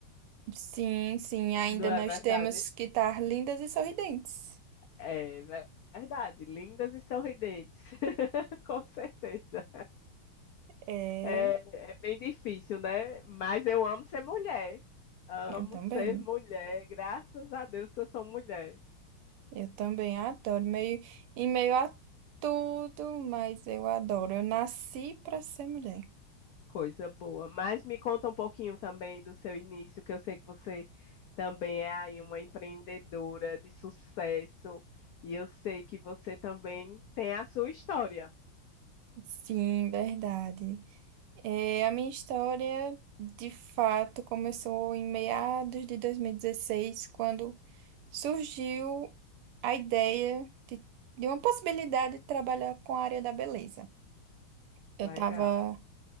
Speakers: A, on the right; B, on the left.
A: Sim, sim, ainda
B: Não é
A: nós
B: verdade?
A: temos que estar lindas e sorridentes.
B: É ver- verdade. Lindas e sorridentes. <laughs> Com certeza.
A: É,
B: É, é bem difícil, né? Mas eu amo ser mulher. Amo
A: eu também.
B: ser mulher. Graças a Deus que eu sou mulher.
A: Eu também adoro. Meio, em meio a tudo, mas eu adoro. Eu nasci para ser mulher.
B: Coisa boa. Mas me conta um pouquinho também do seu início, que eu sei que você também é aí uma empreendedora de sucesso. E eu sei que você também tem a sua história.
A: Sim, verdade. É, a minha história, de fato, começou em meados de 2016, quando surgiu a ideia de, de uma possibilidade de trabalhar com a área da beleza. Eu
B: Legal,
A: estava